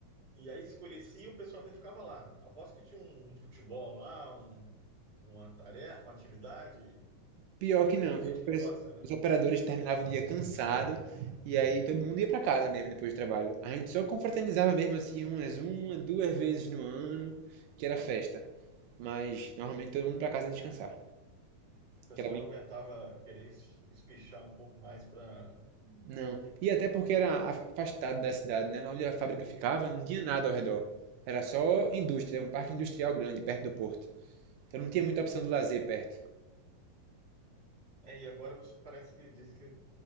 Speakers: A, on the right; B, on the right.
A: E aí escurecia e o pessoal ainda ficava lá. Aposto que tinha um, um futebol lá, um- uma tarefa, uma atividade.
B: Pior que não,
A: Tem gente
B: viu?
A: que
B: Pes-
A: gosta, né?
B: Os operadores terminavam o dia cansado e aí todo mundo ia pra casa mesmo depois do trabalho. A gente só confraternizava mesmo assim umas uma, duas vezes no ano, que era festa. Mas normalmente todo mundo pra casa descansar.
A: O
B: Que
A: pessoal
B: era
A: não
B: bem...
A: aguentava querer es- espichar um pouco mais para.
B: Não. E até porque era af- afastado da cidade, né? Onde a fábrica ficava, não tinha nada ao redor. Era só indústria, um parque industrial grande perto do porto. Então não tinha muita opção de lazer perto.
A: É, e agora você parece que disse que